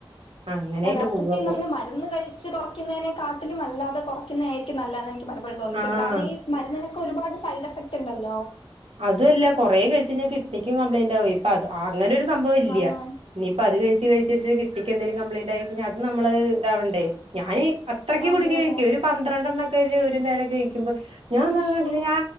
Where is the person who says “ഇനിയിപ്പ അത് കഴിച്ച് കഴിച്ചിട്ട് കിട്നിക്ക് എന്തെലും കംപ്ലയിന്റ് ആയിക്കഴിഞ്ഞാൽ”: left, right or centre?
Right